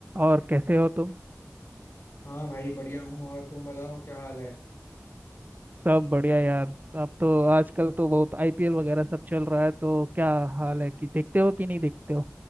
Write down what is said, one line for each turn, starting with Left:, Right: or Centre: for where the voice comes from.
Right: और कैसे हो तुम
Left: हाँ भाई बढ़िया हूँ और तुम बताओ क्या हाल है
Right: सब बढ़िया यार अब तो आजकल तो बहुत आईपीएल वगैरह सब चल रहा है तो क्या हाल है कि देखते हो कि नहीं देखते हो